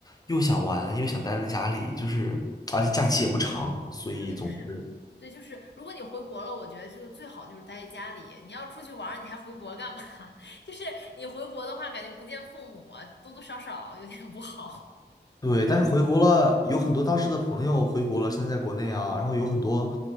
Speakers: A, on the left; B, on the left.
A: 又想玩，又想待在家里，就是而且假期也不长，所以总之。
B: 对，是，对，就是如果你回国了，我觉得就最好就是待在家里。你要出去玩儿，你还回国干嘛？<laughs> 就是你回国的话，感觉不见父母啊，多多少少有点不好。
A: 对，但是回国了，有很多当时的朋友回国了，现在在国内啊，然后有很多，